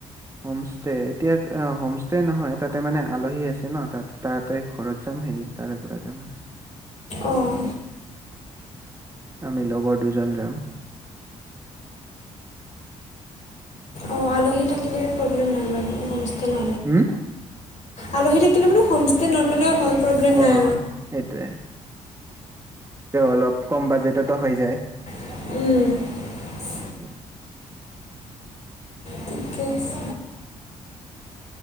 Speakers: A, on the right (about 15°); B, on the left (about 45°).
A: হোমষ্টে এতিয়া হোমষ্টে নহয় তাতে মানে আলহী আছে ন তাত তাতেই ঘৰত যাম হেৰি তাৰে পৰা যাম আৰু
B: অঁ
A: আমি লগৰ দুজন যাম
B: অ আলহী থাকিলে প্ৰব্লেম নাই বাৰু হোমষ্ট্ৰেলত
A: হুম
B: আলহী থাকিলে মানে হোম ষ্টে নল'লেও হয় প্ৰব্লেম নাই
A: অ' সেইটোৱে তেও অলপ কম বাজেটতো হৈ যায়
B: উম
A: <unintelligible>
B: থিকেই আছে